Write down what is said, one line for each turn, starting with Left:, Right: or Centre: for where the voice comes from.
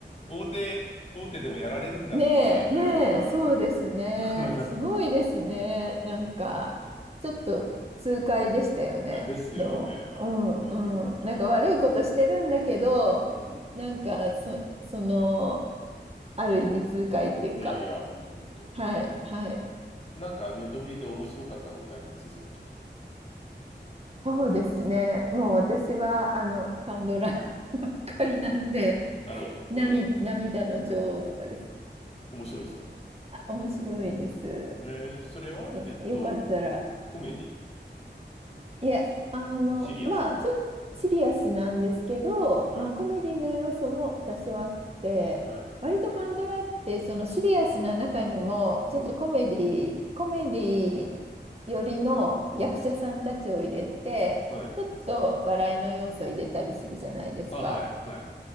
Left: 大手、大手でもやられるんだってね。
Right: ねえ、
Left: うん。
Right: ねえ、そうですね。
Left: うん <laughs>
Right: すごいですね。なんか、ちょっと痛快でしたよね。
Left: ですよね。
Right: でも、
Left: あれ面白かったな。
Right: うん、うん。なんか悪いことしてるんだけど、
Left: うん。
Right: なんか、そ、その、ある意味痛快っていうか、
Left: うん。いやいや、ほんとほんと。
Right: はい、はい。
Left: なんかネットフリで面白かったのってあります最近。
Right: そうですね。もう私は、あの、カンドラ <laughs> ばっかりなんで、
Left: なるほど。
Right: 涙、
Left: <laughs> うん
Right: 涙の女王とかです。
Left: 面白いですか
Right: あ、面白いです。
Left: えーそれはえっと、
Right: え、よかったら。
Left: コメディ
Right: いや、あの、
Left: シリアス
Right: まあ、ちょっとシリアスなんですけど、
Left: はい。
Right: まあ、コメディの要素も多少あって、
Left: はい。
Right: 割とカンドラって、そのシリアスな中にも、ちょっとコメディ、
Left: うん。
Right: コメディ寄りの役者さんたちを入れて、
Left: うん。はい。
Right: ちょっと笑いの要素を入れたりするじゃないですか。
Left: あ、はい、はい、